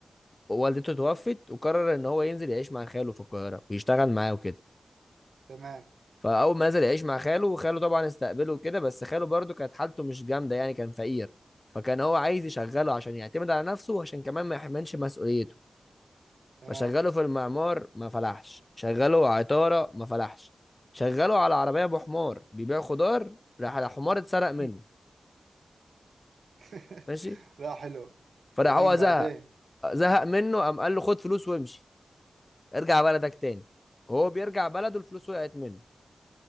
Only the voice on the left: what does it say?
والدته توفت وقرر ان هو ينزل يعيش مع خاله في القاهره ويشتغل معاه وكده
فاول ما نزل يعيش مع خاله وخاله طبعا استقبله وكده بس خاله برضه كانت حالته مش جامده يعني كان فقير فكان هو عايز يشغله عشان يعتمد على نفسه وعشان كمان ما يحملش مسؤوليته
فشغله في المعمار ما فلحش شغله عطاره ما فلحش شغله على عربيه ابو حمار بيبيع خضار راح الحمار اتسرق منه
ماشي
فراح
هو
زهق زهق منه قام قال له خد فلوس وامشي ارجع بلدك تاني وهو بيرجع بلده الفلوس وقعت منه